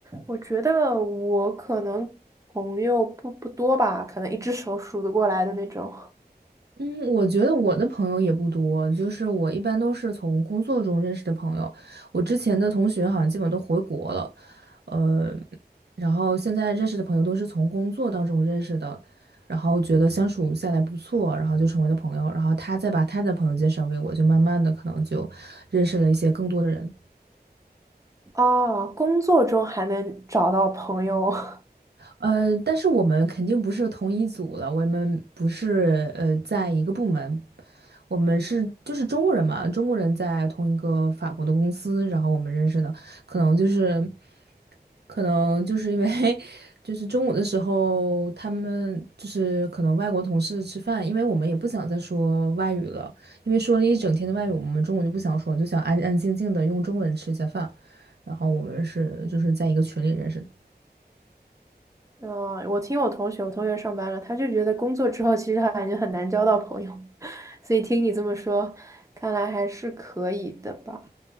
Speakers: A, on the right (about 20°); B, on the right (about 75°).
A: 我觉得我可能朋友不不多吧，可能一只手数得过来的那种。
B: 嗯，我觉得我的朋友也不多，就是我一般都是从工作中认识的朋友。我之前的同学好像基本都回国了，呃，然后现在认识的朋友都是从工作当中认识的，然后觉得相处下来不错，然后就成为了朋友，然后他再把他的朋友介绍给我，就慢慢的可能就认识了一些更多的人。
A: 啊，工作中还能找到朋友，<laughs>
B: 呃，但是我们肯定不是同一组了，我们不是呃在一个部门，我们是就是中国人嘛，中国人在同一个法国的公司，然后我们认识的，可能就是可能就是因为 <laughs> 就是中午的时候，他们就是可能外国同事吃饭，因为我们也不想再说外语了，因为说了一整天的外语，我们中午就不想说，就想安安静静的用中文吃一下饭，然后我们是就是在一个群里认识的。
A: 嗯，我听我同学，我同学上班了，他就觉得工作之后其实他感觉很难交到朋友，<laughs> 所以听你这么说，看来还是可以的吧？